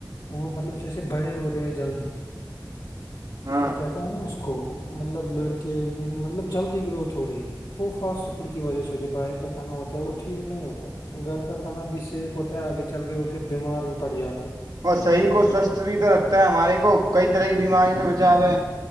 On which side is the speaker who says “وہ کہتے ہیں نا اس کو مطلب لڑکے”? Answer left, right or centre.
Left